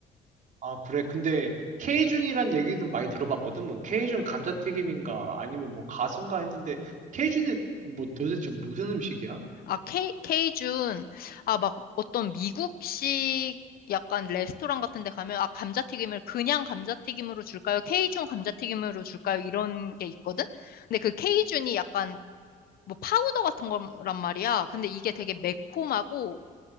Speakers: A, on the right; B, on the left.
A: 아, 그래. 근데 케이준이란 얘기도 많이 들어봤거든. 뭐 케이준 감자튀김인가 아니면 뭐 가수인가 했는데 케이준이 뭐 도대체 무슨 음식이야?
B: 아, 케이, 케이준, 아, 막 어떤 미국식 약간 레스토랑 같은 데 가면, 아, 감자튀김을 그냥 감자튀김으로 줄까요? 케이준 감자튀김으로 줄까요? 이런 게 있거든? 근데 그 케이준이 약간 뭐 파우더 같은 거란 말이야. 근데 이게 되게 매콤하고,